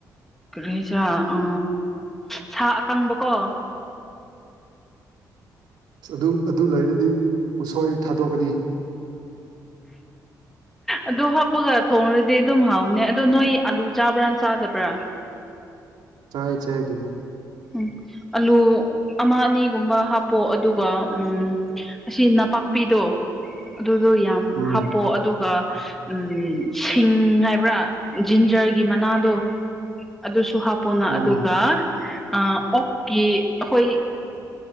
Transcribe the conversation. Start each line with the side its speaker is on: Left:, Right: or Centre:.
Centre: ꯀꯩꯁ ꯑ ꯁꯥ ꯑꯀꯪꯕꯀꯣ
Right: ꯑ ꯑꯗꯨꯝ ꯑꯗꯨ ꯂꯩꯔꯗꯤ ꯎꯁꯣꯏ ꯊꯥꯗꯣꯛꯀꯅꯤ
Centre: ꯑꯗꯨ ꯍꯥꯞꯄꯒ ꯊꯣꯡꯉꯨꯔꯗꯤ ꯑꯗꯨꯝ ꯍꯥꯎꯅꯦ ꯑꯗꯣ ꯅꯣꯏ ꯑꯥꯂꯨ ꯆꯥꯕ꯭ꯔꯅ ꯆꯥꯗꯕ꯭ꯔꯥ
Right: ꯆꯥꯏ ꯆꯥꯏ ꯑꯗꯨꯗꯤ
Centre: ꯎꯝ ꯑꯂꯨ ꯑꯃ ꯑꯅꯤꯒꯨꯝꯕ ꯍꯥꯞꯄꯣ ꯑꯗꯨꯒ ꯎꯝ ꯑꯁꯤ ꯅꯄꯥꯛꯄꯤꯗꯣ ꯑꯗꯨꯗꯣ ꯌꯥꯝ
Right: ꯎꯝ
Centre: ꯍꯥꯞꯄꯣ ꯑꯗꯨꯒ ꯎꯝ ꯁꯤꯡ ꯍꯥꯏꯕ꯭ꯔꯥ ꯖꯤꯟꯖꯔꯒꯤ ꯃꯅꯥꯗꯣ ꯑꯗꯨꯁꯨ ꯍꯥꯞꯄꯣꯅ
Right: ꯑꯣ
Centre: ꯑꯗꯨꯒ ꯑꯣꯛꯀꯤ ꯑꯈꯣꯏ